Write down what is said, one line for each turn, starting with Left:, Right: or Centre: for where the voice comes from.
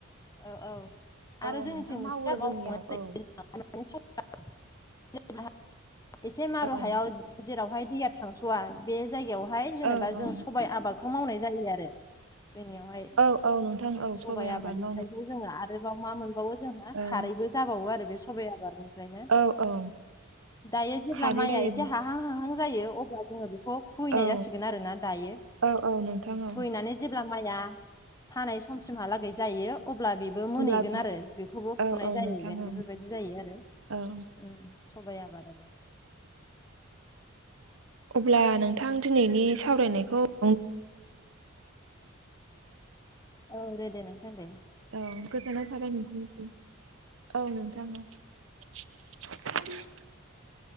Left: औ-औ। आरो
Right: औ
Left: जोंनिथिं
Right: नोंथां
Left: मोनसे
Right: मावो जोंनियाव औ
Left: <unintelligible> <unintelligible> जेब्ला एसे मारु
Right: औ
Left: हायाव जेरावहाय दैया। थांस'वा बे जायगायावहाय जेनेबा
Right: औ
Left: जों
Right: औ
Left: सबाय आबादखौ मावनाय जायो आरो। जोंनियावहाय
Right: औ औ नोंथां औ
Left: सबाइ आबादनिफ्रायसो
Right: आबाद मावनाय
Left: जोङो। आरोबाव मा मोनबावो जोंहा
Right: औ
Left: खारैबो जाबावो आरो बे सबाइ आबादनि। फ्रायनो
Right: औ औ
Left: दायो जेब्ला
Right: खारै
Left: माइआ
Right: जायो
Left: एसे हाहां- हाहां। जायो अब्ला जों बेखौ खुहैनाय
Right: औ
Left: जासिगोन आरोना दायो
Right: औ औ नोंथां औ
Left: खुहैनानै दायो। अब्ला माइया हानाय समसिमहालागै जायो। अब्ला बेबो मोनहैगोन
Right: अब्ला
Left: आरो बेखौबो
Right: औ
Left: फुनाय
Right: औ
Left: जाहैगोन
Right: नोंथां औ
Left: बेफोरबायदि जायो आरो।
Right: औ
Left: ओ सबाय आबाद।
Right: अब्ला नोंथां दिनैनि सावरायनायखौ <unintelligible>
Left: <inaudible> औ दे-दे नोंथां दे।
Right: औ गोजोननाय थाबाय नोंथांनिसिम औ नोंथां। <unintelligible>